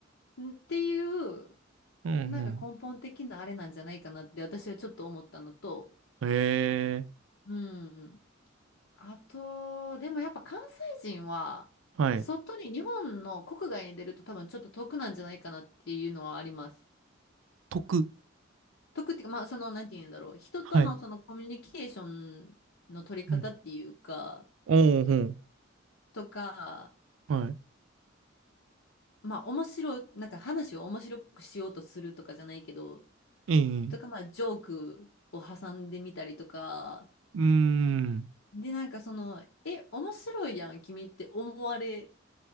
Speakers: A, on the left (about 85°); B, on the right (about 80°).
A: んっていう、
B: うん、
A: なんか根本的なあれなんじゃないかなって私はちょっと思ったのと、
B: うん。ええ
A: うん。あと、でもやっぱ関西人は、
B: はい。
A: 外に日本の国外に出ると多分ちょっと得なんじゃないかなっていうのはあります。
B: 得。
A: 得っていうか、まあその、なんて言うんだろう。人とのそのコミュニケーションの取り方っていうか、
B: はい。うん。おー、
A: とか、
B: ほん。はい。
A: まあ面白い、なんか話を面白くしようとするとかじゃないけど、
B: ええ
A: とかまあジョークを挟んでみたりとか、
B: うーん。
A: で、なんかその、え、面白いやん、君って思われ